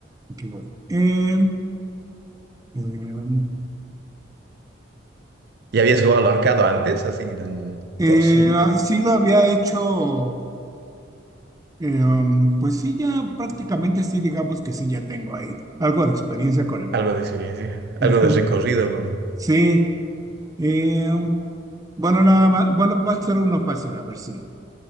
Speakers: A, on the right; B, on the right.
A: aquí voy. Eh, eh,
B: <laughs> ¿Ya habías jugado al arcado antes, así mm,
A: eh,
B: por Zoom?
A: ah, sí lo había hecho Eh, um, pues sí, ya prácticamente sí, digamos que sí, ya tengo ahí algo de experiencia con el norte.
B: Algo de experiencia,
A: Ujú.
B: algo de recorrido con,
A: Sí, eh, um, bueno, nada más, bueno, va a ser uno fácil, a ver si.